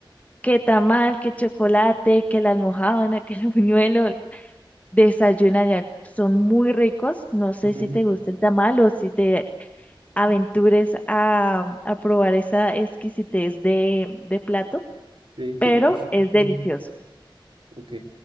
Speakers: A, on the left (about 15°); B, on the right (about 75°).
A: Que tamal, que chocolate, que la almojábana, <laughs> que el buñuelo, Desayuna ya, son muy ricos. No sé
B: ujú.
A: si te gusta el tamal o si te aventures a, a probar esa exquisitez de, de plato,
B: Sí,
A: pero
B: yo creo que sí.
A: es delicioso.
B: Ujú. Ok.